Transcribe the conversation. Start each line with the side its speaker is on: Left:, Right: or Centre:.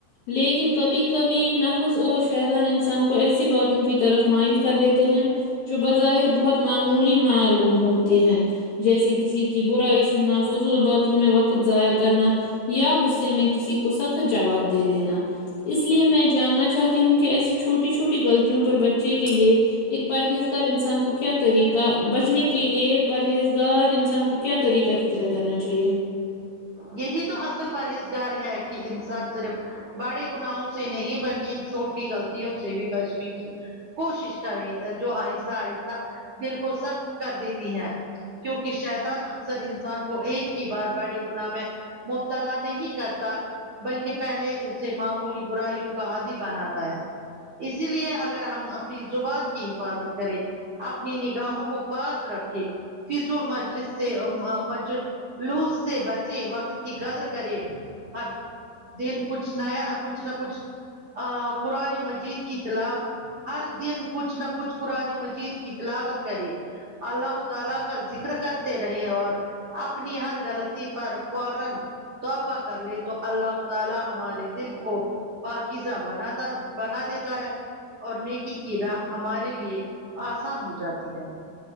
Left: لیکن کبھی کبھی نفس اور شیطان انسان کو ایسی باتوں کی طرف اس مائل کر لیتے ہیں جو بظاہر بہت معمولی معلوم ہوتی ہے جیسے کسی کی برائی سننا فضول باتوں میں وقت ضائع کرنا یا غصے میں کسی کو سخت جواب دے دینا اس لیے میں جاننا چاہتی ہوں کہ ایسی چھوٹی چھوٹی غلطیوں پر بچے کے لیے ایک پرہیزگار انسان کو کیا طریقہ بچنے کے کے لیے پرہیزگار انسان کو کیا طریقہ اختیار کرنا چاہیے
Right: یہی تو اصل پرہیزگار ہے کہ انسان صرف بڑے گناہوں سے نہیں بلکہ ان چھوٹی غلطیوں سے بھی بچنے کی کوشش کرے جو آہستہ آہستہ دل کو سخت کر دیتی ہے کیونکہ شیطان اکثر انسان کو ایک ہی بار بڑی گناہ میں مبتلا نہیں کرتا بلکہ پہلے اسے معمولی برائیوں کا آدی بناتا ہے اسی لیے اگر ہم اپنی زبان کی حفاظت کریں اپنی نگاہوں کو پاک رکھے فزول مجلس سے مج لوز سے بچے وقت کی قدر کرے ہر دن کچھ نیا کچھ نہ کچھ قرآن مجید کی تلاوت ہر دن کچھ نہ کچھ قرآن مجید کی تلاوت کرے اللہ تعالی کا ذکر کرتے رہے اور اپنی ہر غلط پر فورا توبہ کر لے تو اللہ تعالی ہمارے دل کو پاکیزہ بناتا بنا دیتا ہے اور نیکی کی راہ ہمارے لیے آسان ہو جاتی ہے